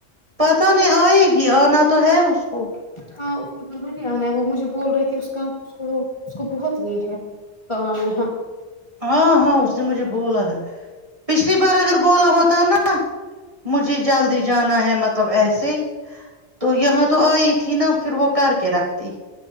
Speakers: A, on the right (about 30°); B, on the left (about 25°).
A: پتہ نہیں آئے گی آنا تو ہے اس کو
B: ہاں اس کو ضروری آنا ہے وہ مجھے بول رہے تھی اس کا اس کو اس کو بہت یہ ہے کام یہاں
A: ہاں ہاں اس نے مجھے بولا ہے پچھلی بار اگر بولا ہوتا نا مجھے جلدی جانا ہے مطلب ایسے تو یہاں تو آئی تھی نا پھر وہ کر کے رکھتی